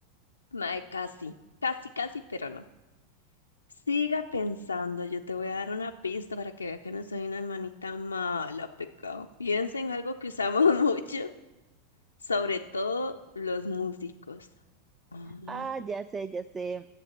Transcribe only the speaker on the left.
mae, casi, casi, casi, pero no. Siga pensando, yo te voy a dar una pista para que vea que no soy una hermanita mala, pecado. Piensa en algo que usamos <laughs> mucho, sobre todo los músicos. Mm,